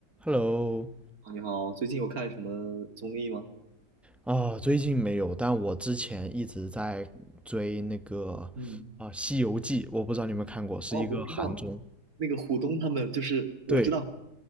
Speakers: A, in the centre; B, on the right.
A: Hello，
B: 你好，最近有看什么综艺吗？
A: 啊，最近没有，但我之前一直在追那个
B: 嗯，
A: 啊《西游记》，我不知道你有没有看过，是一个韩综。
B: 哦，我知道，那个虎东他们就是我知道，
A: 对，